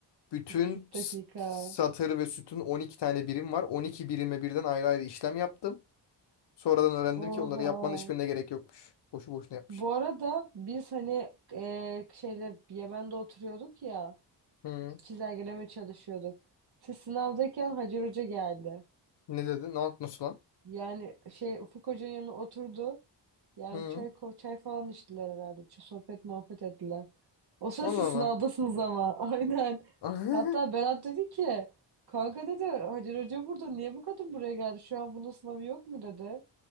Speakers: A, on the left; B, on the right.
A: bütün
B: 40
A: s-
B: dakika.
A: satır ve sütun 12 tane birim var. 12 birime birden ayrı ayrı işlem yaptım. Sonradan öğrendim
B: Oha.
A: ki onları yapmanın hiçbirine gerek yokmuş. Boşu boşuna yapmış.
B: Bu arada biz hani e, şeyle Yemen'de oturuyorduk ya,
A: Hı.
B: çizelgeleme çalışıyorduk. Siz sınavdayken Hacer Hoca geldi.
A: Ne dedi? Ne yap- nasıl lan?
B: Yani şey Ufuk Hoca'nın yanına oturdu. Yani
A: Hı.
B: çay, ko- çay falan içtiler herhalde. Ç- sohbet muhabbet ettiler. O sırada
A: Allah
B: siz
A: Allah.
B: sınavdasınız ama. <laughs> Aynen.
A: <laughs>
B: Hatta Berat dedi ki kanka dedi Hacer Hoca burada niye bu kadın buraya geldi? Şu an bunun sınavı yok mu dedi.